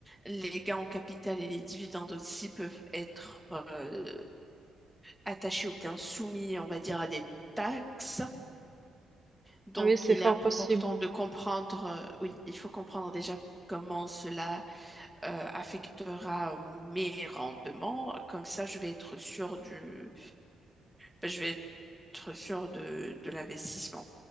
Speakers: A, in the centre; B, on the right.
A: les gains en capital et les dividendes aussi peuvent être euh, attachés ou bien soumis, on va dire, à des taxes. Donc,
B: ah oui, c'est
A: il
B: fort
A: est
B: possible.
A: important de comprendre, euh, oui, il faut comprendre déjà comment cela euh, affectera euh, mes rendements. Comme ça, je vais être sûr du, ben, je vais être sûr de, de l'investissement.